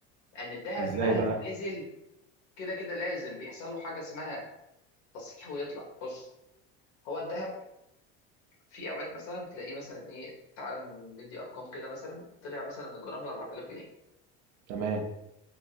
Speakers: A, on the left (about 65°); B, on the right (about 65°).
A: لأن الذهب
B: ازاي
A: مهما
B: بقى
A: نزل كده كده لازم بيحصل له حاجة اسمها تصحيح ويطلع بص هو الذهب في أوقات مثلا تلاقيه مثلا إيه تعال ندي أرقام كده مثلا طلع مثلا الجرام ل 4000 جنيه
B: تمام